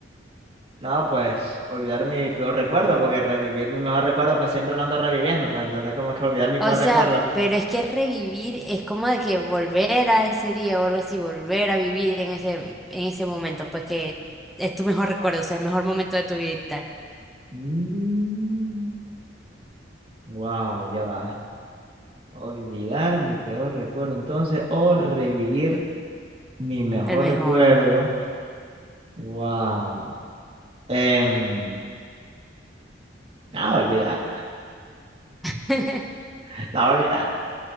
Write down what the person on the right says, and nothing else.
no, pues olvidar mi peor recuerdo, porque revivir mi mejor recuerdo, pues siempre lo ando reviviendo, pues entonces como que olvidar mi peor
recuerdo.
Mm, wow, ya va. Olvidar mi peor recuerdo, entonces, o revivir mi mejor
recuerdo. Wow. Em, no, olvidar,
<laughs> la voy a olvidar.